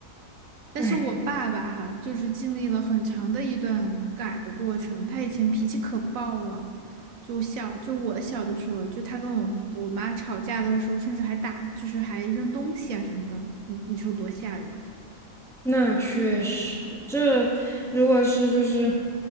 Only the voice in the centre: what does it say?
哎，
那确实，这如果是就是